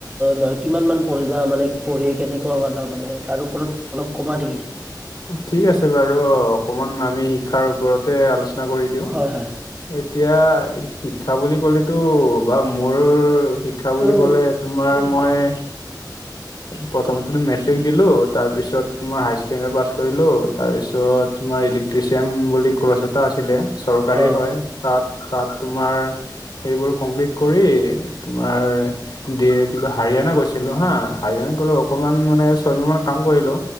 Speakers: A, on the right; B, on the left.
A: লৈ কিমান মান পঢ়িলা মানে পঢ়ি কেনেকুৱা পালা মানে তাৰ ওপৰত - অলপ কবা নেকি?
B: ঠিক আছে বাৰু অকমান আমি শিক্ষাৰ ওপৰতে আলোচনা - আলোচনা কৰি দিওঁ।
A: হয় হয়
B: এতিয়া শিক্ষা বুলি ক'লে - টো বা মোৰ শিক্ষা বুলি
A: উম
B: ক'লে তোমাৰ
A: উম
B: মই- প্ৰথমতে টো মেট্ৰিক দিলো তাৰপিছত তোমাৰ হাইচে - ণ্ডৰি পাছ কৰিলো তাৰপিছত তোমাৰ ইলিক- ্ট্ৰিচিয়ান বুলি কৰ্চ এটা আছিলে চৰকাৰী
A: অ
B: হয় তাত তাত তোমাৰ - সেইবোৰ কমপ্লিট কৰি তোমাৰ দিয়ে কিবা হাৰিয়ানা গৈছিলো হা হাৰিয়ানাত গ'লে অকনমান মানে ছয়মাহ মান কাম কৰিলো